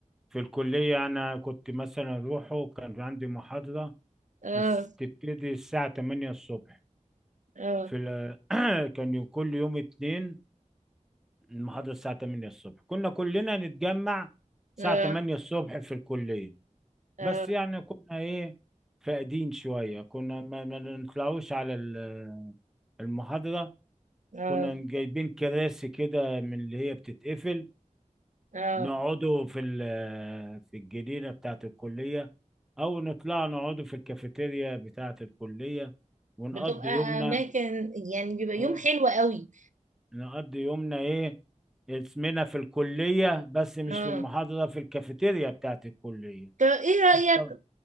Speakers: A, in the centre; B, on the right (about 70°).
A: في الكليه انا كنت مثلا اروحه كان عندي محاضره
B: اه
A: الس- تبتدي الساعه 8 الصبح
B: اه
A: في ال... <clears throat> كان يوم- كل يوم اتنين المحاضره الساعه 8 الصبح كنا كلنا نتجمع الساعه
B: اه
A: 8 الصبح في الكليه
B: اه
A: بس يعني كنا ايه فاقدين شويه كنا ما ما نطلعوش على ال- المحاضرة
B: اه
A: كنا جايبين كراسي كده من اللي هي بتتقفل
B: اه
A: نقعدوا في ال- آه، في الجنينة بتاعة الكلية أو نطلع نقعدوا في الكافيتيريا بتاعة الكلية ونقضي
B: بتبقى
A: يومنا
B: اماكن يعني بيبقى يوم
A: أه،
B: حلو قوي
A: نقضي يومنا إيه اسمنا في الكلية بس مش
B: اه
A: في المحاضرة في الكافيتيريا بتاعة الكلية
B: طب ايه رأيك
A: أصلا